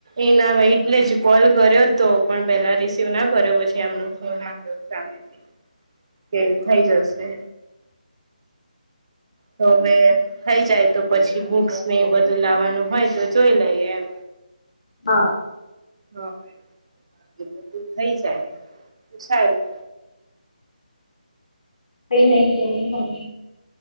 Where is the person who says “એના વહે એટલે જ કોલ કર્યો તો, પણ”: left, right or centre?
Right